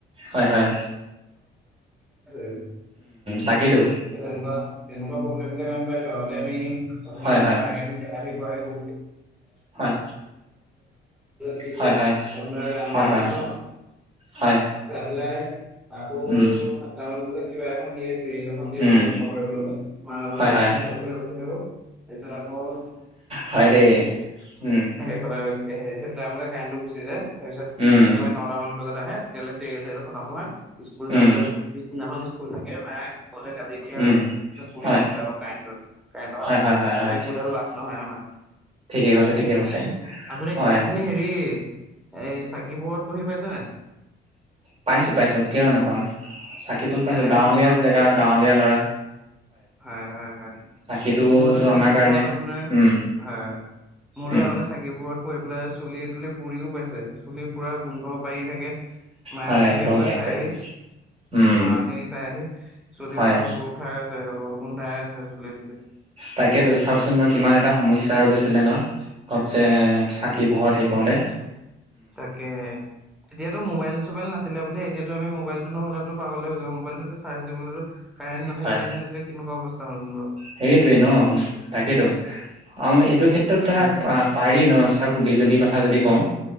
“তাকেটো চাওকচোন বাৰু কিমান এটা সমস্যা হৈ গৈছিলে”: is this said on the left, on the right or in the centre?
Right